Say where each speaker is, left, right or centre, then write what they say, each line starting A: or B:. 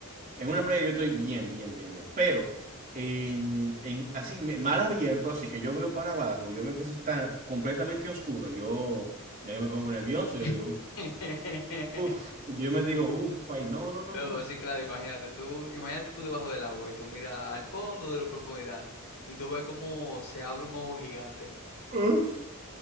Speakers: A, on the right (about 40°); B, on the left (about 85°).
A: En una playa yo estoy bien, bien, bien, bien, pero en, en así, me- mar abierto, así que yo veo para abajo, yo veo que eso está completamente oscuro, yo ya que me pongo nervioso,
B: <laughs>
A: yo digo, uff, uff, yo me digo, uff, ay, no, no, no,
B: No, pues sí, claro, imagínate tú, imagínate tú debajo del agua y tú miras al fondo de la profundidad y tú ves cómo se abre un ojo gigante.
A: uff.